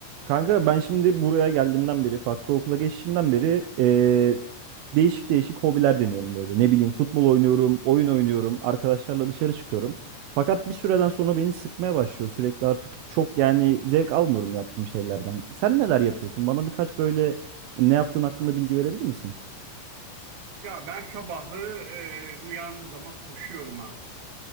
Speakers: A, on the right; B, on the right.
A: Kanka ben şimdi buraya geldiğimden beri, farklı okula geçtiğimden beri eee, değişik değişik hobiler deniyorum böyle. Ne bileyim futbol oynuyorum, oyun oynuyorum, arkadaşlarla dışarı çıkıyorum. Fakat bir süreden sonra beni sıkmaya başlıyor sürekli artık çok yani zevk almıyorum yaptığım şeylerden. Sen neler yapıyorsun? Bana birkaç böyle ne yaptığın hakkında bilgi verebilir misin?
B: Ya ben sabahları e, uyandığım zaman koşuyorum abi.